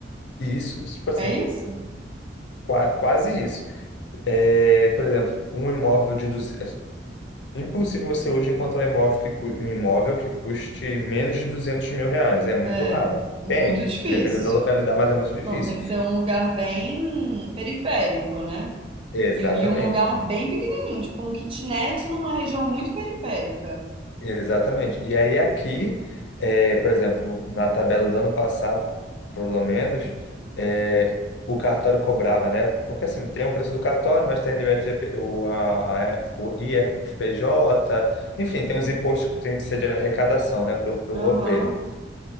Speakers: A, on the left (about 70°); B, on the right (about 30°).
A: Isso, tipo assim,
B: É isso?
A: Qua- Quase isso. É, por exemplo, um imóvel de 200... É impossível você hoje encontrar um imóvel que, cu- um imóvel que custe menos de duzentos mil reais. É muito
B: É,
A: raro.
B: muito
A: Tem,
B: difícil.
A: dependendo da localidade, mas é muito difícil.
B: Não, tem que ser um lugar bem periférico, né?
A: Exatamente.
B: E, e um lugar bem pequenininho, tipo um kitnet numa região muito periférica.
A: Exatamente. E aí aqui, eh, por exemplo, na tabela do ano passado, pelo menos, eh, o cartório cobrava, né? Porque assim, tem o preço do cartório, mas tem ali o, FP, o, a, a- o IFPJ, enfim, tem os impostos que tem de ser de arrecadação, né, para o
B: Aham.
A: governo.